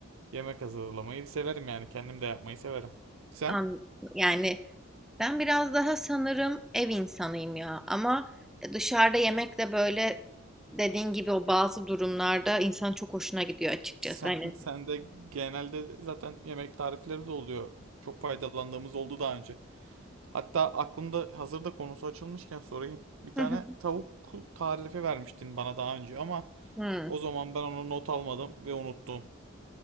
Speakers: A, on the right (about 80°); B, in the centre.
A: yemek hazırlamayı severim yani. Kendim de yapmayı severim. Sen?
B: An- Yani ben biraz daha sanırım ev insanıyım ya. Ama dışarıda yemek de böyle dediğin gibi o bazı durumlarda insanın çok hoşuna gidiyor açıkçası.
A: Sen,
B: Hani.
A: <laughs> sen de genelde zaten yemek tarifleri de oluyor. Çok faydalandığımız oldu daha önce. Hatta aklımda hazırda konusu açılmışken sorayım. Bir tane
B: Hı hı.
A: tavuk tarifi vermiştin bana daha önce ama
B: Hı.
A: o zaman ben onu not almadım ve unuttum.